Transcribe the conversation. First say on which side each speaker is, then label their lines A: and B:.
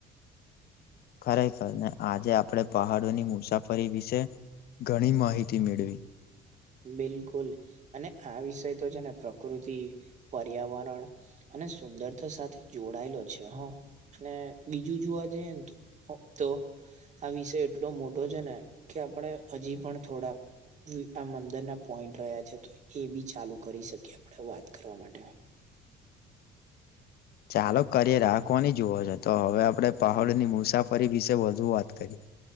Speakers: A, on the left (about 65°); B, on the right (about 45°).
A: ખરેખર ને આજે આપડે પહાડોની મુસાફરી વિશે ઘણી માહિતી મેળવી.
B: બિલકુલ અને આ વિષય તો છે ને પ્રકૃતિ પર્યાવરણ અને સુંદરતા સાથે જોડાયેલો છે હા અને બીજું જુઓ વા જયન તો આ વિષય એટલો મોટો છે ને કે આપણે હજી પણ થોડાક જી આ મંદરના પોઈન્ટ રહ્યા છે તો એ બી ચાલુ કરી શકીએ આપણે વાત કરવા માટે.
A: <inaudible> ચાલો કરીએ રાખવાની જુવઓ છો તો હવે આપણે પહાડોની મુસાફરી વિશે વધુ વાત કરી.